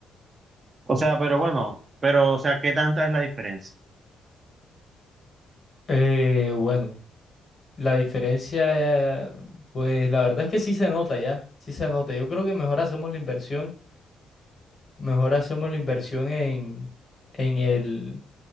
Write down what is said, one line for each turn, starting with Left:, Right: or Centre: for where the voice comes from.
Right: O sea, pero bueno, pero, o sea, ¿qué tanta es la diferencia?
Left: Eh, bueno, la diferencia, eh, pues la verdad es que sí se nota ya, sí se nota. Yo creo que mejor hacemos la inversión, mejor hacemos la inversión en, en el,